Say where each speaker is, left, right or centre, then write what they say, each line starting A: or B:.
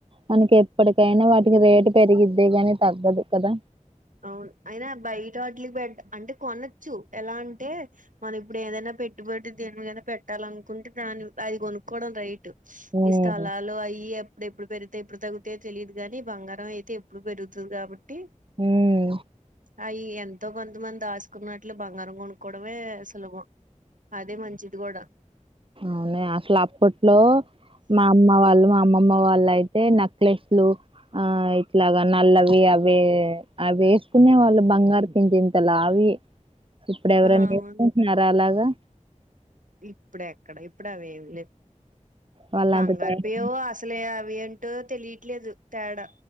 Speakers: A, on the right; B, on the right.
A: మనకి ఎప్పటికైనా వాటికి రేటు పెరిగిద్దే కాని తగ్గదు కదా?
B: అవును అయినా బయట వాటికి పెట్ అంటే కొనొచ్చు ఎలా అంటే మన ఇప్పుడు ఏదైనా పెట్టుబడి దేనికైనా పెట్టాల అనుకుంటే దాన్ని అది కొనుక్కోవడం రైటు
A: ఉమ్
B: ఈ స్థలాలు అయి ఎప్పుడెప్పుడు పెరుగు ఎప్పుడు తగ్గుతయో తెలియదు కాని బంగారం అయితే ఎప్పుడు పెరుగుతది కాబట్టి
A: ఉమ్
B: అయ్యి ఎంతో కొంత కొంతమంది దాసుకున్నట్లు బంగారం కొనుక్కోవడమే సులభం అదే మంచిది కూడా
A: అవునే అసలు అప్పట్లో మా అమ్మ వాళ్ళు మా అ అమ్మమ్మ వాళ్ళు అయితే నక్లెస్ లు ఆ ఇట్లాగా నల్లవి అవ్వె అవి వేసుకునే వాళ్ళు బంగారు పింతింత లావి ఇప్పుడు ఎవరన్నా
B: ఆ అవును
A: వేస్కుంటున్నారా అలాగా
B: ఇప్పుడు ఎక్కడ ఇప్పుడు అవేవి లేవ్
A: వాళ్ళంత
B: బంగారు
A: ధైర్యం
B: పేవ అసలే అవి ఎంటో తెలియట్లేదు తేడా